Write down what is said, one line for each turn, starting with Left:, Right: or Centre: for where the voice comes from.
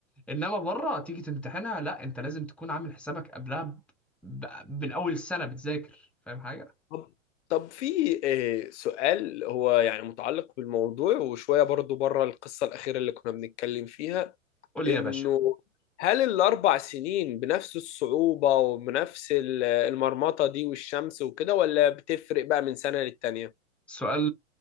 Centre: إنما بره تيجي تمتحنها لا أنت لازم تكون عامل حسابك قبلها ب... ب... من أول السنة بتذاكر فاهم حاجة؟
Left: طب طب في آه، سؤال هو يعني متعلق بالموضوع وشوية برضو بره القصة الأخيرة اللي كنا بنتكلم فيها
Centre: قول
Left: إنه
Centre: لي يا باشا
Left: هل الأربع سنين بنفس الصعوبة وبنفس ال- المرمطة دي والشمس وكده ولا بتفرق بقى من سنة للتانية؟
Centre: سؤال